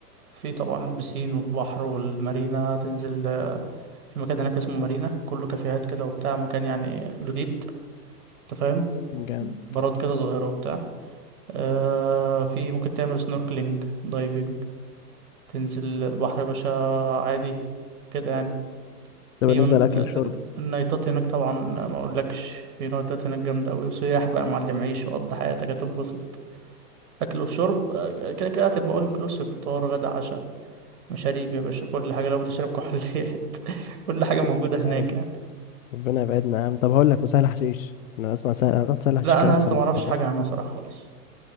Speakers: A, on the right; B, on the left.
A: في طبعا البسين والبحر والمارينا هتنزل آه، في مكان هناك اسمه مارينا كله كافيهات كده وبتاع مكان يعني جديد انت فاهم
B: جامد
A: بارات كده صغيرة وبتاع آه في ممكن تعمل سنوركلينج دايفنج تنزل البحر يا باشا عادي كده يعني في
B: ده بالنسبه
A: من...
B: للاكل
A: آه،
B: والشرب
A: آه، النايتات هناك طبعا ما اقولكش في نايتات هناك جامده قوي وسياح بقى يا معلم عيش وقضي حياتك هتنبسط اكل وشرب آه، كده كده هتبقى اول انكلوسيف فطار غدا عشاء مشاريب يا باشا كل حاجه لو بتشرب كحوليات <laughs> كل حاجه موجوده
B: لا،
A: هناك
B: رب-
A: يعني
B: ربنا يبعدنا يا عم طب هقول لك وسهل حشيش انا اسمع سهل انا رحت سهل حشيش
A: لا
B: كان
A: انا
B: احسن
A: يا اسطى
B: من
A: ما اعرفش
B: الغردقه
A: حاجه عنها صراحه خالص